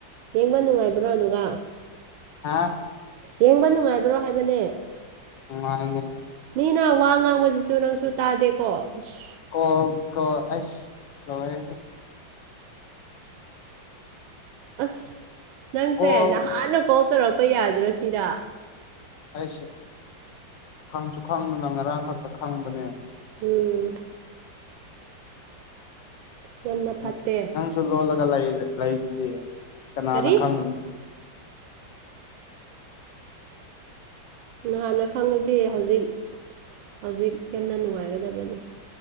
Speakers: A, on the right; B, on the left.
A: ꯌꯦꯡꯕ ꯅꯨꯡꯉꯥꯏꯕ꯭ꯔꯣ ꯑꯗꯨꯒ
B: ꯍꯥꯥ
A: ꯌꯦꯡꯕ ꯅꯨꯡꯉꯥꯏꯕ꯭ꯔꯣ ꯍꯥꯏꯕꯅꯦ
B: ꯎ ꯏꯅꯦ
A: ꯃꯤꯅ ꯋꯥ ꯉꯥꯡꯕꯁꯤꯁꯨ ꯅꯪꯁꯨ ꯇꯥꯗꯦꯀꯣ ꯑꯁ
B: ꯀꯣꯜ ꯀ ꯑꯁ ꯅꯦ
A: ꯑꯁ ꯅꯪꯁꯦ
B: ꯀꯣꯜ
A: ꯅꯍꯥꯟꯅ ꯀꯣꯜ ꯇꯧꯔꯛꯄ ꯌꯥꯗ꯭ꯔꯣ ꯁꯤꯗ
B: ꯑꯩꯁ ꯈꯪꯁꯨ ꯈꯪꯗꯅ ꯉꯔꯥꯡ ꯈꯛꯇ ꯈꯪꯕꯅꯦ
A: ꯎꯝ ꯌꯥꯝꯅ ꯐꯠꯇꯦ
B: ꯎ ꯅꯪꯁꯨ ꯂꯣꯜꯂꯒ ꯂꯩꯗꯨꯗꯤ ꯀꯅꯥꯅ
A: ꯀꯔꯤ
B: ꯈꯪꯒꯅꯤ
A: ꯍꯥꯟꯅ ꯈꯪꯉꯗꯤ ꯍꯧꯖꯤꯛ ꯍꯧꯖꯤꯛ ꯌꯥꯝꯅ ꯅꯨꯡꯉꯥꯏꯒꯗꯕꯅꯤ